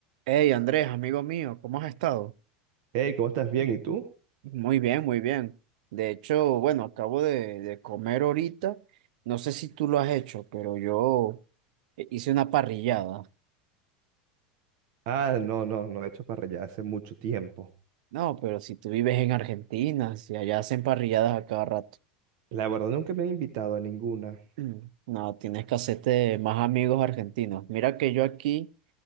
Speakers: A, on the right (about 70°); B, on the right (about 50°).
A: Hey Andrés, amigo mío, ¿cómo has estado?
B: Hey, ¿cómo estás? Bien,
A: Mm.
B: ¿y tú?
A: Muy bien, muy bien. De hecho, bueno, acabo de, de comer ahorita. No sé si tú lo has hecho, pero yo eh, hice una parrillada.
B: Ah, no, no, no he hecho para allá hace mucho tiempo.
A: No, pero si tú vives en Argentina, si allá hacen parrilladas a cada rato. <clears throat>
B: La verdad nunca me han invitado a ninguna.
A: Mm. No, tienes que hacerte más amigos argentinos. Mira que yo aquí